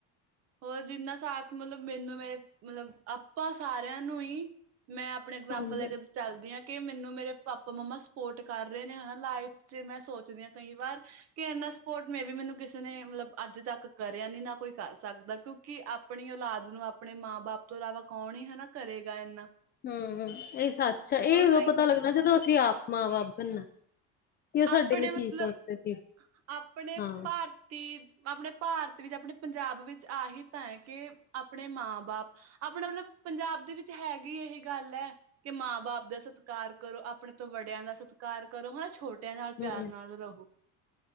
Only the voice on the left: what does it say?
ਹਾਂਜੀ
ਹੂੰ, ਇਹ ਸੱਚ ਹੈ। ਇਹ
ਉਦੋਂ
ਪਤਾ ਲੱਗਣਾ ਜਦੋਂ, ਅਸੀਂ ਆਪ ਮਾਂ ਬਾਪ ਬਣਨਾ। ਕਿ ਉਹ ਸਾਡੇ
ਲਈ ਕੀ
ਸੋਚਦੇ ਸੀ
ਹਾਂ
ਹੂੰ